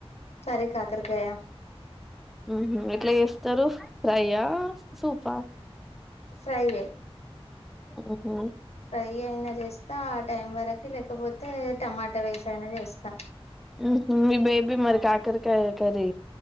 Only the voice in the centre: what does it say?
ఉహు ఎట్ల చేస్తారు ఫ్రైయా, సూపా.
ఉహు
ఉహు మీ బేబీ మరి కాకరకాయ కర్రీ.